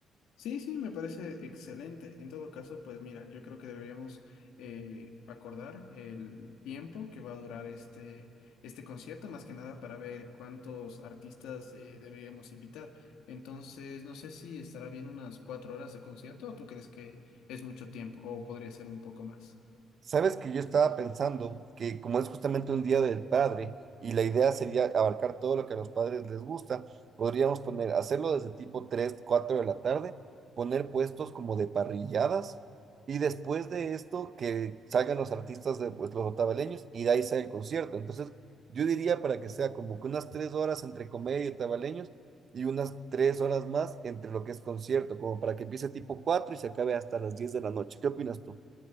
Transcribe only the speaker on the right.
Sabes que yo estaba pensando que como es justamente un día del padre y la idea sería abarcar todo lo que a los padres les gusta, podríamos poner, hacerlo desde tipo 3 4 de la tarde, poner puestos como de parrilladas y después de esto que salgan los artistas de pues, los otavaleños y de ahí sale el concierto. Entonces yo diría para que sea como que unas 3 horas entre comedia y otavaleños y unas 3 horas más entre lo que es concierto, como para que empiece tipo 4 y se acabe hasta las 10 de la noche. ¿Qué opinas tú?